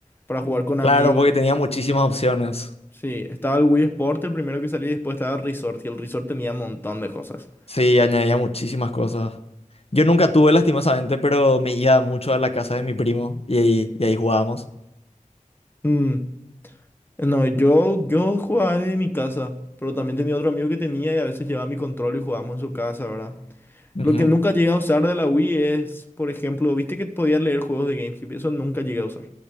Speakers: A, on the left; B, on the left.
A: Para jugar con amigos.
B: claro, porque tenía muchísimas opciones.
A: Sí, estaba el Wii Sport, el primero que salí, después estaba el Resort, y el Resort tenía un montón de cosas.
B: Sí, añadía muchísimas cosas. Yo nunca tuve, lastimosamente, pero me iba mucho a la casa de mi primo y ahí, y ahí jugábamos.
A: Mm, No, yo, yo jugaba desde mi casa, pero también tenía otro amigo que tenía y a veces llevaba mi control y jugábamos en su casa, ¿verdad?
B: Ujú.
A: Lo que nunca llegué a usar de la Wii es, por ejemplo, viste que podía leer juegos de GameCube, eso nunca llegué a usar.